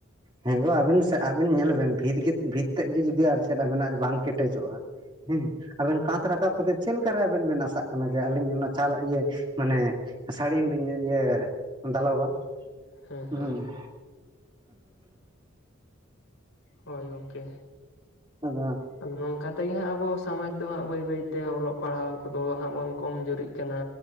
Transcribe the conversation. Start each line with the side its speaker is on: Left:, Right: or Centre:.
Right: ᱦᱮᱸ ᱜᱳ ᱟᱵᱤᱱ ᱥᱮ ᱟᱵᱤᱱ ᱧᱮᱞ ᱵᱮᱱ ᱵᱷᱤᱛ ᱜᱮ ᱵᱷᱤᱛ ᱛᱮᱫ ᱜᱮ ᱡᱩᱫᱤ ᱟᱨ ᱪᱮᱫ ᱟᱵᱤᱱᱟᱜ ᱵᱟᱝ ᱠᱮᱴᱮᱡᱚᱜᱼᱟ, ᱦᱮᱸ, ᱟᱵᱮᱱ ᱠᱟᱛ ᱨᱟᱠᱟᱵ ᱪᱮᱫ ᱞᱮᱠᱟ ᱨᱮ ᱟᱵᱮᱱ ᱵᱮᱱ ᱟᱥᱟᱜ ᱠᱟᱱᱟ ᱡᱮ, ᱟᱹᱞᱤᱧ ᱚᱱᱟ ᱪᱟᱞ ᱤᱭᱟᱹ ᱢᱟᱱᱮ ᱥᱟᱹᱲᱤᱢ ᱞᱤᱧ ᱤᱭᱟᱹ ᱫᱟᱞᱚᱵ-ᱟ,
Left: ᱦᱮᱸ
Right: ᱦᱩᱸ᱾
Left: ᱦᱮᱸ
Right: <inaudible>
Left: ᱦᱳᱭ, ᱜᱚᱝᱠᱮ
Right: ᱟᱫᱚ
Left: ᱟᱫᱚ ᱱᱚᱝᱠᱟ ᱛᱮ ᱜᱮ ᱦᱟᱸᱜ ᱟᱵᱚ ᱥᱚᱢᱟᱡᱽ ᱫᱚ ᱦᱟᱸᱜ ᱵᱟᱹᱭ ᱵᱟᱹᱭ ᱛᱮ ᱚᱞᱚᱜ ᱯᱟᱲᱦᱟᱣ ᱠᱚ ᱫᱚ ᱦᱟᱸᱜ ᱵᱚᱱ ᱠᱚᱢ ᱡᱩᱨᱤᱜ ᱠᱟᱱᱟ᱾